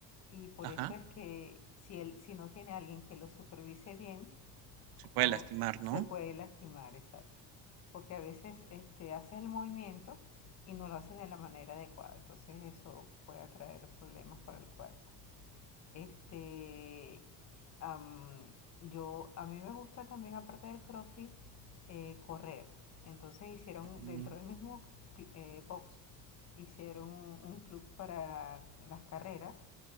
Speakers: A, on the left (about 45°); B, on the right (about 75°).
A: y por
B: Ajá,
A: eso es que si él, si no tiene alguien que lo supervise bien,
B: se puede
A: o
B: lastimar,
A: se
B: ¿no?
A: puede lastimar, exacto. Porque a veces este, haces el movimiento y no lo haces de la manera adecuada, entonces eso puede traer problemas para el cuerpo. Este, am, yo, a mí me gusta también, aparte del CrossFit, eh, correr. Entonces hicieron,
B: Mm,
A: dentro del mismo cl- eh, box, hicieron un, un club para las carreras